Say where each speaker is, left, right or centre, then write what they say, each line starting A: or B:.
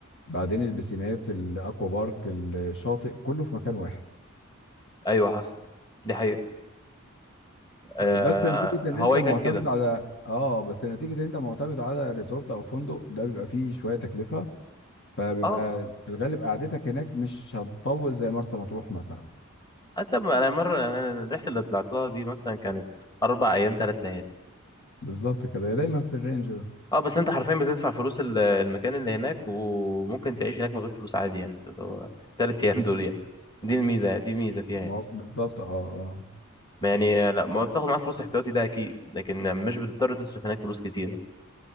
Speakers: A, on the left; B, on the left.
A: بعدين البسينات الاكوا بارك الشاطئ كله في مكان واحد
B: ايوه حصل دي حقيقة آه
A: آه، بس نتيجه ان
B: هواي
A: انت معتمد
B: كان كده
A: على اه بس نتيجه ان انت معتمد على ريزورت او فندق ده بيبقى فيه شويه تكلفه فبيبقى
B: اه
A: في الغالب قعدتك هناك مش هتطول زي مرسى مطروح مثلا
B: حتى ب- انا مرة انا الرحلة اللي طلعت لها دي مثلا كانت اربع ايام ثلاث ليالي
A: بالظبط كده هي دايما في الرينج ده
B: اه بس انت حرفيا بتدفع فلوس ال- المكان اللي هناك وممكن تعيش هناك من غير فلوس عادي يعني اللي هو ثلاث ايام دول يعني دي الميزة دي الميزة فيها
A: بع-
B: يعني
A: بالظبط اه اه
B: ما يعني لا ما بتاخد معاك فلوس احتياطي ده اكيد لكن مش بتضطر تصرف هناك فلوس كتيرة